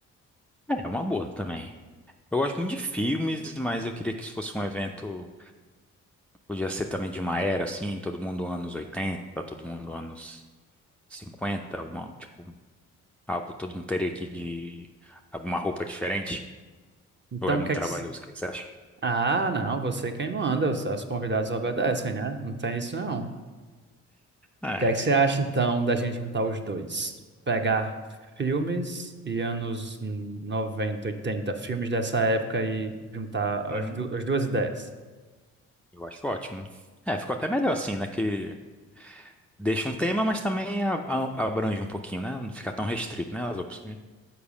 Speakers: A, in the centre; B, on the right (about 30°).
A: É uma boa também. Eu gosto muito de filmes, mas eu queria que isso fosse um evento. Podia ser também de uma era assim, todo mundo anos oitenta todo mundo anos cinquenta uma, tipo, algo todo mundo teria aqui de alguma roupa diferente.
B: Então,
A: Ou é
B: o
A: muito
B: que é
A: trabalhoso,
B: que se-
A: o que que você acha?
B: Ah, não, você é quem manda, os, os convidados obedecem, né? Não tem isso não. O
A: É,
B: que é que você acha então da gente juntar os dois? Pegar filmes e anos 90, 80, filmes dessa época e juntar as,
A: hum,
B: du- as duas ideias.
A: eu acho ótimo. É, ficou até melhor assim, né? Que deixa um tema, mas também a- a- abrange um pouquinho, né? Não fica tão restrito, né? As opções.